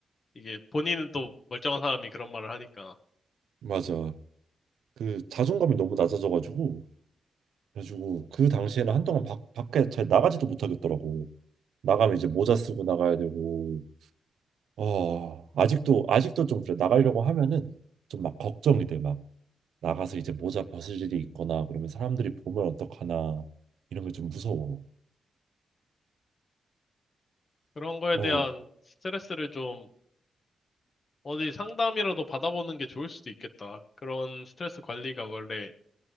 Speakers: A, on the left; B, on the right.
A: 이게 본인은 또 멀쩡한 사람이 그런 말을 하니까.
B: 맞아 그 자존감이 너무 낮아져가지고 그래가지고 그 당시에는 한동안 밖 밖에 잘 나가지도 못하겠더라고 나가면 이제 모자 쓰고 나가야 되고 어 아직도 아직도 좀 그래 나가려고 하면은 좀 막 걱정이 돼 막 나가서 이제 모자 벗을 일이 있거나 그러면 사람들이 보면 어떡하나 이런 게 좀 무서워
A: 그런 거에
B: 어
A: 대한 스트레스를 좀 어디 상담이라도 받아보는 게 좋을 수도 있겠다. 그런 스트레스 관리가 원래